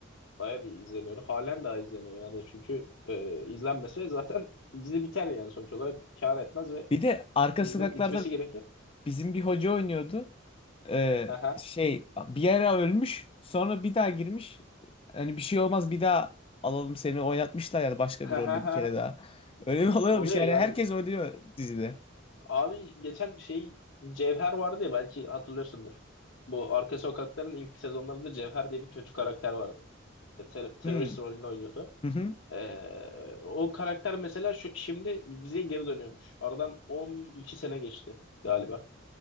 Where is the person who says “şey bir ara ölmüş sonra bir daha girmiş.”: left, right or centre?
Left